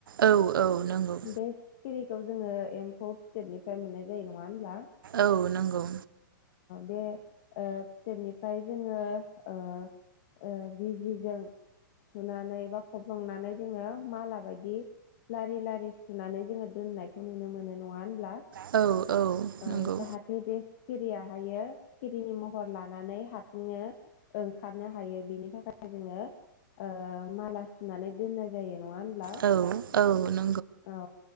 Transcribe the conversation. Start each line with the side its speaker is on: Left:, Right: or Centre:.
Right: औ औ नंगौ
Left: बे सिखिरिखौ जोङो एम्फौ फिथोबनिफ्राय मोननाय जायो नङा होमब्ला?
Right: औ नोंगौ
Left: बे ओ फिथोबनिफ्राय जोङो ओ, ओ बिजिजों सुनानै बा खब्लंनानै जोङो माला बायदि लारि लारि सुनानै जोङो दोननायखौ नुनो मोनो, नङा होनब्ला।
Right: औ औ
Left: ओ
Right: नंगौ
Left: जाहाथे बे सिखिरिया दायो सिखिरिनि महर लानानै हारसिनो ओंखारनो हायो बिनि थाखाय जोङो ओ माला सुनानै दोननाय जायो। नङा होनब्ला
Right: औ औ नों
Left: औ